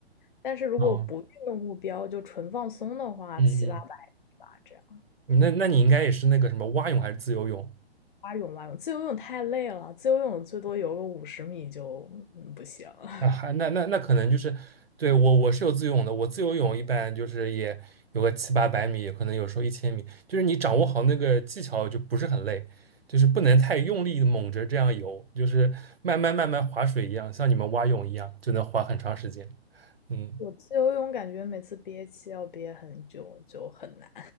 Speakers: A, on the left; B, on the right.
A: 但是如果不运动目标，
B: 嗯啊
A: 就纯放松的话，
B: 嗯
A: 七八百米吧，这样。
B: 嗯，那那你应该也是那个什么蛙泳还是自由泳？
A: 蛙泳蛙泳，自由泳太累了，自由泳最多游个五十米就嗯不行。<laughs>
B: 啊，还那那那可能就是，对，我我是有自由泳的，我自由泳一般就是也有个七八百米，也可能有时候一千米，就是你掌握好那个技巧就不是很累，就是不能太用力的猛着这样游，就是慢慢慢慢划水一样，像你们蛙泳一样，就能划很长时间。嗯，
A: 我自由泳感觉每次憋气要憋很久，就很难。